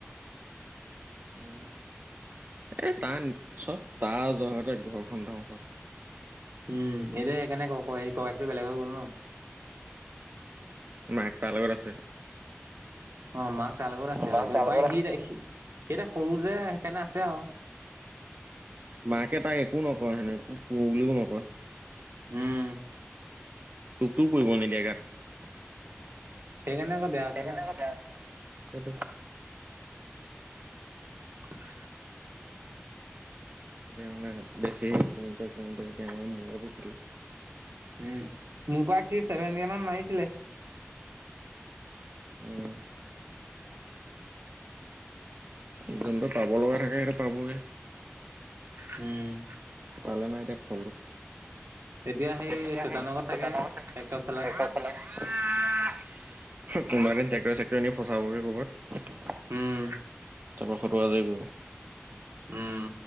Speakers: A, on the right; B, on the right.
A: উম। এ তাৰ চব তাৰ জহৰতে ঘৰখন ধ্বংস
B: উম, এইটো সেইকাৰণে ক - ক হেৰি ক একটো বেলেগ হৈ গ'ল ন।
A: মাই তাৰ লগত আছে।
B: অ, মাক তাৰ লগত আছে
A: মাক
B: আৰু এতিয়া
A: তাৰ
B: উপায়
A: লগত
B: সি
A: আছে।
B: তাই সি সিতে সৰু যে সেইকাৰণে আছে আৰু।
A: মাকে তাক একো নকয় সেনেক একো বুলিও নকয়।
B: উম,
A: তোপো পৰিব নিদিয়ে গাত।
B: সেইকাৰণে আকৌ বেয়া হৈছে
A: সেইকাৰণে
B: না।
A: আকৌ বেয়া হৈছে ন। সেইটো
B: <inaudible>
A: এতিয়া মানে বেছি কওঁতে - কওঁতে এতিয়া মানে মূৰত উঠিলে।
B: উম, মোৰ পৰা সি চেভেন কোমান মাৰিছিলে
A: উম, যোনটো পাব লগা থাকে সেইটো পাবই।
B: উম,
A: তালে নাই এতিয়া ফলটো।
B: এতিয়া সেই
A: তেদি
B: চৈতানৰ
A: আহেইট
B: ঘৰত থাকে।
A: ন থ
B: ট্ৰেক্টৰ চলাই
A: এক চ লাগ <unintelligible> কোনোবা দিন ট্ৰেক্টৰ ছেক্টৰ নি ফচাবগে ক'ৰবাত।
B: উম,
A: সোতৰশ টকাজ গৈ <unintelligible>
B: উম,